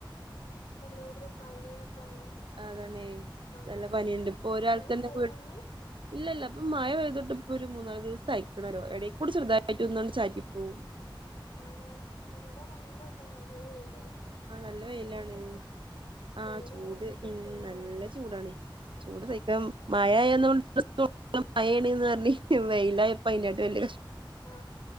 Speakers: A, on the left (about 80°); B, on the right (about 70°).
A: ഏ ഇപ്പല്ലോടിലുംപനിയൊക്ക ആണല്ലോ
B: അതാണേ
A: മഴ
B: നല്ല പനിയുണ്ട് ഇപ്പൊ ഒരാൾക്കന്നെ
A: മഴ ഇണ്ടായിനോ
B: വീട്ട്
A: ഇന്ന്
B: ഇല്ലല്ല മഴ പെയ്‌ത്‌ട്ട്‌ ഇപ്പരു മൂന്നാലീസയ്ക്ക്ണലോ എടെയ്ക്കൂടി ചെറുതായി <unintelligible> ചാറ്റി പോവും
A: അങ്ങനെ ഇവ്വടെ രണ്ടുസായി നല്ല വെയില്
B: ആ നല്ല വെയിലാണ് ആ
A: വെയിലായപ്പോത്തേനും
B: ചൂട് ഉം
A: ചൂടായി
B: നല്ല ചൂ <unintelligible> വെയിലാ ഇപ്പ അയ്നെയിട്ട് വലി
A: ആ